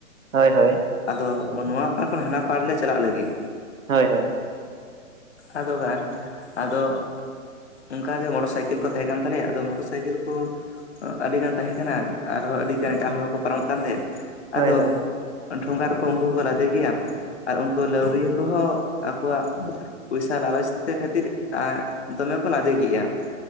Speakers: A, on the right; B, on the left.
A: ᱦᱳᱭ ᱦᱳᱭ
B: ᱟᱫᱚ ᱱᱚᱣᱟ ᱯᱟᱲ ᱠᱷᱚᱱ ᱦᱟᱱᱟ ᱯᱟᱦᱟᱲ ᱞᱮ ᱪᱟᱞᱟᱜ ᱞᱟᱹᱜᱤᱫ
A: ᱦᱳᱭ ᱦᱳᱭ
B: ᱟᱫᱚ ᱜᱟᱱ ᱟᱫᱚ ᱚᱱᱠᱟᱜ ᱜᱮ ᱢᱚᱴᱚᱨ ᱥᱟᱭᱠᱮᱞ ᱥᱟᱭᱠᱮᱞ ᱠᱚ ᱛᱟᱦᱮᱸ ᱠᱟᱱ ᱛᱟᱞᱮᱭᱟ ᱟᱫᱚ ᱢᱚᱴᱚᱨ ᱥᱟᱭᱠᱮᱞ ᱠᱚ ᱟᱹᱰᱤᱜᱟᱱ ᱛᱟᱦᱮᱸ ᱠᱟᱱᱟ ᱟᱨᱦᱚᱸ ᱟᱹᱰᱤᱜᱟᱱ ᱮᱴᱟᱜ ᱦᱚᱲ ᱦᱚᱸᱠᱚ ᱯᱟᱨᱚᱢᱚᱜ ᱠᱟᱱ ᱛᱟᱦᱮᱸᱜ
A: ᱦᱳᱭ
B: ᱟᱫᱚ
A: ᱦᱳᱭ
B: ᱰᱷᱚᱸᱜᱟ ᱨᱮᱠᱚ ᱩᱱᱠᱩᱠᱚ ᱦᱚ ᱞᱟᱫᱮ ᱜᱮᱭᱟ ᱟᱨ ᱩᱱᱠᱩ ᱞᱟᱹᱣᱲᱤᱭᱟᱹ ᱠᱚᱦᱚᱸ ᱟᱠᱚᱣᱟᱜ ᱯᱚᱭᱥᱟ ᱞᱟᱞᱚᱪ ᱛᱮ ᱠᱷᱟᱹᱛᱤᱨ ᱫᱚᱢᱮ ᱠᱚ ᱞᱟᱫᱮ ᱠᱮᱜ-ᱟ ᱾